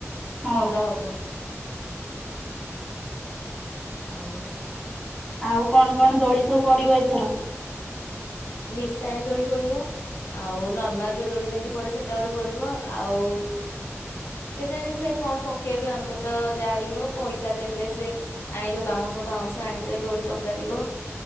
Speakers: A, in the centre; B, on the left.
A: ହଁ
B: ଭଲ ହବ। ଆଉ।
A: ଆଉ କଣ କଣ ଦୋଳି ସବୁ ପଡିବ ଏଥର?
B: ଲିଶାଣି ଦୋଳି ପଡିବ ଆଉ ନର୍ମାଲ ଯୋଉ ଦୋଳି ଯେମିତି ପଡେ ସେଟା ଗୋଟେ ପଡିବ ଆଉ କେଜାଣି ସେ କଣ ପକେଇବେ ଆମେ ତ ଯାଇନୁ ପଇସା ଦେଲେ ସେ ଆଣିବେ ବାଉଁଶ ଫାଉଁଶ ଆଣିଲେ ଦୋଳି ଟଙ୍ଗାଯିବ